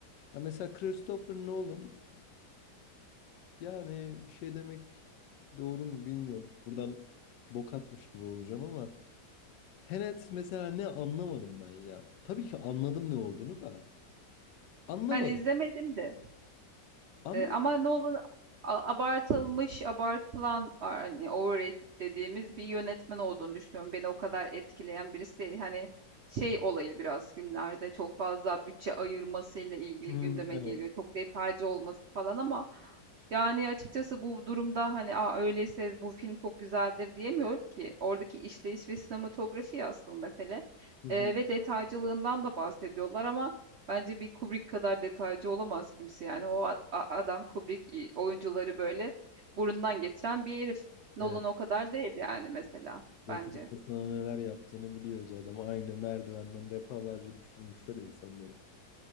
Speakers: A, on the left; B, on the right.
A: Ya mesela Christopher Nolan Yani bir şey demek doğru mu bilmiyorum. Buradan bok atmış gibi olacağım ama Tenet mesela ne anlamadım ben ya. Tabii ki anladım ne olduğunu da anlamadım.
B: Ben izlemedim de
A: Anlamadım.
B: Eee, ama Nolan a abartılmış, abartılan, hani, overrated dediğimiz bir yönetmen olduğunu düşünüyorum. Beni o kadar etkileyen birisi değil. Hani şey olayı biraz filmlerde çok fazla bütçe ayırmasıyla ilgili
A: Hmm,
B: gündeme
A: evet.
B: geliyor. Çok detaycı olması falan ama yani açıkçası bu durumda hani Aa, öyleyse bu film çok güzeldir diyemiyorum ki. Oradaki işleyiş ve sinematografi asıl mesele.
A: Hı hı.
B: Eee, ve detaycılığından da bahsediyorlar ama Bence bir Kubrick kadar detaycı olamaz kimse yani. O a- a- adam Kubrick i- oyuncuları böyle burundan getiren bir herif. Nolan
A: Evet.
B: o kadar değil yani mesela
A: Jack
B: bence.
A: Nicholson'a neler yaptığını biliyoruz adam. Aynı merdivenden defalarca düşürmüşler insanları.